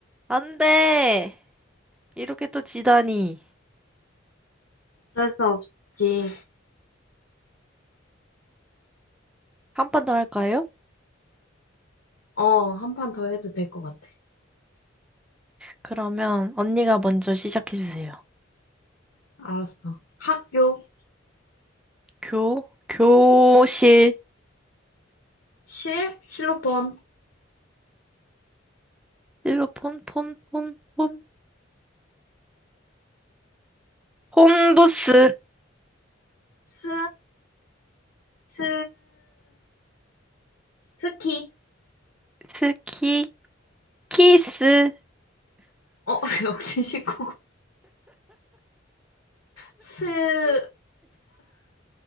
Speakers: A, in the centre; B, on the left.
A: 안 돼. 이렇게 또 지다니.
B: 어쩔 수 없지.
A: 한 판 더 할까요?
B: 어, 한 판 더 해도 될 것 같아.
A: 그러면 언니가 먼저 시작해주세요.
B: 알았어. 학교,
A: 교, 교실,
B: 실, 실로폰,
A: 일로 폰 폰, 폰, 폰, 폰부스,
B: 스, 스, 스키,
A: 스키, 키스.
B: 어, <laughs> 역시 1구고 스,